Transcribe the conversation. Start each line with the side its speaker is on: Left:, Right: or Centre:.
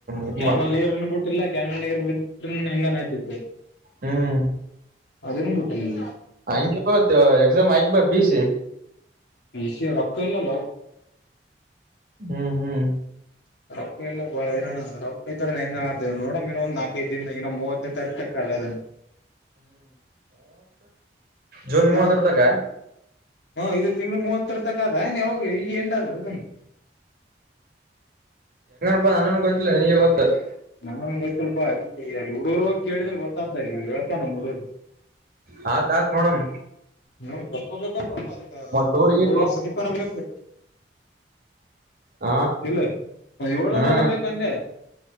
Right: ಇದ್
Left: ಕ್ಯಾನಲ್
Right: ಮಾಡ್ತ
Left: ನೀರನ ಬಿಟ್ಟಿಲ್ಲ ಕೆನಲ್ ನೀರು ಬಿಟ್ರುನೂ ಹೆಂಗರ್ ಆಗ್ತಿತ್ತು
Right: ಹ್ಮ್
Left: ಅದನು ಪುಟ್ಟಿಲ್ಲನು
Right: ಹಗೆ ಎಕ್ಸಾಮ್ ಆಯಕ್ ಬ ಪಿ ಸಿ
Left: ಪ ಸಿ ರೊಕ್ಕ ಇಲ್ಲಲ್ಲೋಲ
Right: ಹ್ಮ್ ಹ್ಮ್
Left: ರೊಪ್ಪ ಎಲ್ಲ ಬಾಳ ಹೈರಾಣ ಅ ರೊಪ್ಪ ಐತ ಹೆಂಗರ ಆತದ ನೋಡೊಮ್ಮ್ ಇನ್ನೊಂದು ನಾಲ್ಕ್ ಇದಿನ ಇನ್ನು ಮೂವತ್ತನೇ ತಾರೀಕ ತಕ್ಕಲ್ಲ ಅಗಲ್ ಇನ್
Right: ಜನ್ ಮೂವತ್ತರತ
Left: ಹಾ
Right: ಕ
Left: ಹಾ ಇದು ತಿಂಗಳ ಮೂವತ್ತರ ತಕ ಅದ ಏ ಹೋಗಿ <unintelligible>
Right: <unintelligible>
Left: ನಮನ್ ಗೊತ್ತಲ್ಪಾ ಅದಕ್ಕೆ ಅಲ್ಲಿ ಹುಡುಗರುೋಗಿ ಕೇಳಿದ್ರೆ ಗೊತ್ತಾಗ್ತಲ್ಲಿ ಹೇಳ್ತಾ ನಮ್ಮ್ ಹುಡುಗರು
Right: ಹಾಕ್ ಹಾಕ್ ನೋಡಮ್
Left: ಹ್ಮ ತಕ ಬೇಕಲ್ಲೊ
Right: ಟೂರ್ಗ
Left: ಒಂದ ಏಳ್ವರ್ ಸನೀಪನ ಬೇಕು
Right: ಹ
Left: ಇಲ್ಲ ಏಳ್ನೂರ
Right: ಹ್ಮ
Left: ಹನ ಬೇಕಂದೆ